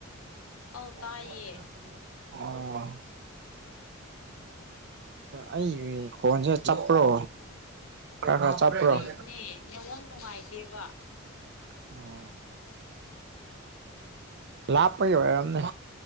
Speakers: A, on the right (about 55°); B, on the left (about 90°).
A: <unintelligible>
B: ꯑꯧ ꯇꯥꯏꯌꯦ
A: ꯑꯣ ꯑꯩꯒꯤ ꯈꯣꯟꯁꯦ ꯆꯥꯞꯄ꯭ꯔꯣ ꯈꯔ <unintelligible> <unintelligible> ꯆꯥꯞꯄ꯭ꯔꯑꯣ
B: ꯍꯣꯏꯅꯦ ꯅꯦꯠꯋꯥꯛ ꯅꯨꯡꯉꯥꯏꯇꯦꯕ
A: <unintelligible> ꯂꯥꯞꯄꯒꯤ ꯑꯣꯏꯔꯝꯅꯤ